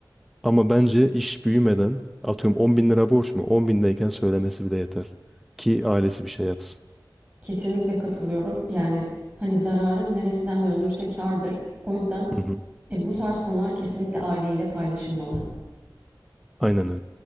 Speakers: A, in the centre; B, on the right.
A: Ama bence iş büyümeden atıyorum 10 bin lira borç mu? 10 bindeyken söylemesi bile yeter. Ki ailesi bir şey yapsın.
B: Kesinlikle katılıyorum. Yani hani zararın neresinden dönülürse kârdır. O yüzden
A: Hı hı.
B: e, bu tarz konular kesinlikle aileyle paylaşılmalı.
A: Aynen öyle.